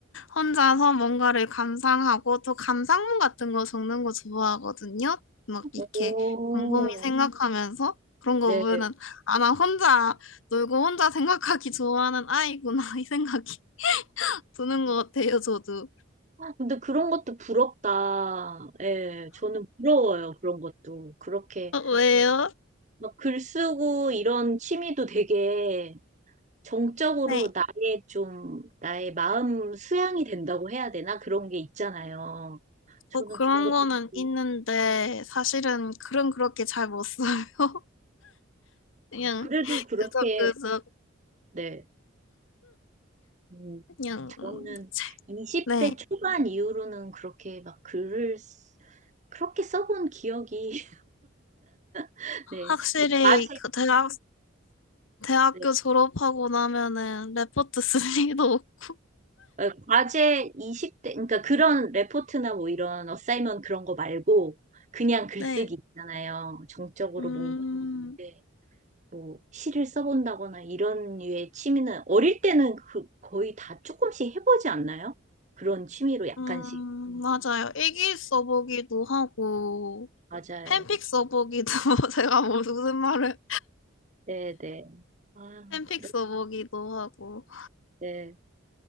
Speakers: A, on the left (about 70°); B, on the right (about 35°).
A: 혼자서 뭔가를 감상하고 또 감상문 같은 거 적는 거 좋아하거든요. 막 이렇게
B: 오,
A: 곰곰이 생각하면서 그런 거
B: 네.
A: 보면은 아, 나 혼자 놀고 혼자 생각하기 좋아하는 아이구나 <laughs> 이 생각이 드는 것 같아요, 저도.
B: 근데 그런 것도 부럽다. 예, 저는 부러워요. 그런 것도. 그렇게,
A: 어, 왜요?
B: 막 글 쓰고 이런 취미도 되게 정적으로
A: 네.
B: 나의 좀, 나의 마음 수양이 된다고 해야 되나? 그런 게 있잖아요. 저는
A: 뭐 그런
B: 그런 것도,
A: 거는
B: 있고.
A: 있는데 사실은 글은 그렇게 잘 못 써요. <laughs> 그냥
B: 그래도 그렇게,
A: 그저 그저
B: 네. 음,
A: 그냥
B: 저는
A: 음, 책.
B: 20대
A: 네.
B: 초반 이후로는 그렇게 막 글을, 쓰- 그렇게 써본 기억이, <laughs> 네.
A: 확실히
B: 뭐 과제,
A: 그 대학 대학교
B: 네.
A: 졸업하고 나면은 레포트 쓸 일도 <laughs> 없고.
B: 어, 과제 20대, 그러니까 그런 레포트나 뭐 이런 어사이먼 그런 거 말고, 그냥 글쓰기
A: 네.
B: 있잖아요. 정적으로
A: 음,
B: 뭔가. 네. 뭐 시를 써본다거나 이런 류의 취미는 어릴 때는 그 거의 다 조금씩 해보지 않나요? 그런 취미로 약간씩.
A: 음, 맞아요. 일기 써보기도 하고,
B: 맞아요.
A: 팬픽 써보기도, <laughs> 제가 뭐 무슨 말을,
B: 네네. 아,
A: 팬픽
B: 그럼
A: 써보기도 하고.
B: 네.